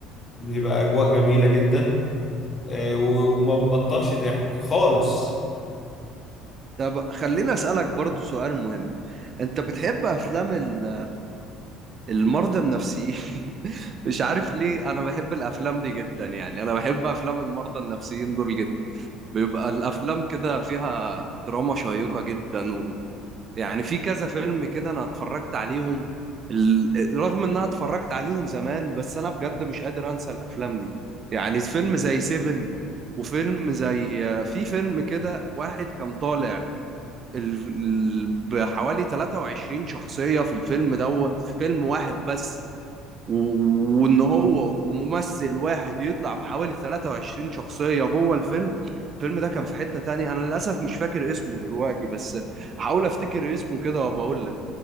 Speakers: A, on the left (about 30°); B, on the right (about 40°).
A: بيبقى أجواء جميلة جدا آه، وما بنبطلش ضحك خالص
B: طب خليني اسالك برضو سؤال مهم انت بتحب افلام ال... المرضى النفسيين <laughs> مش عارف ليه انا بحب الافلام دي جدا يعني انا بحب افلام المرضى النفسيين دول جدا بيبقى الافلام كده فيها دراما شيقة جدا و... يعني في كذا فيلم كده انا اتفرجت عليهم ال... رغم ان انا اتفرجت عليهم زمان بس انا بجد مش قادر انسى الافلام دي يعني فيلم زي سيفن وفيلم زي في فيلم كده واحد كان طالع ال... ال... بحوالي 23 شخصية في الفيلم دوت في فيلم واحد بس و- وان هو وممثل واحد يطلع بحوالي 23 شخصية جوه الفيلم الفيلم ده كان في حتة تانية انا للاسف مش فاكر اسمه دلوقتي بس هحاول افتكر اسمه كده وبقول لك